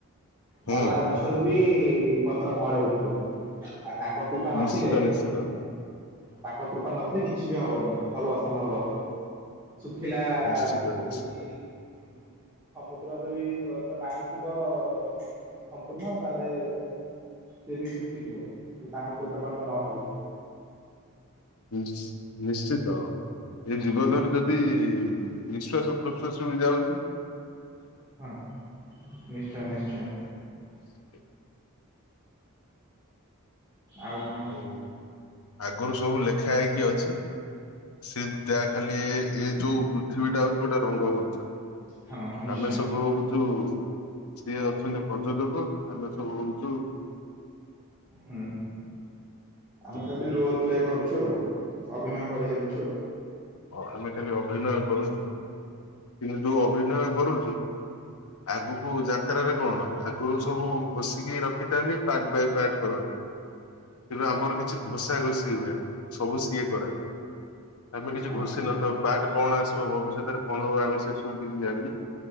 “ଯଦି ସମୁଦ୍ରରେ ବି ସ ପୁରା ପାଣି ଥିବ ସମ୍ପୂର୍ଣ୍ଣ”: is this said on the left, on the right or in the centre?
Right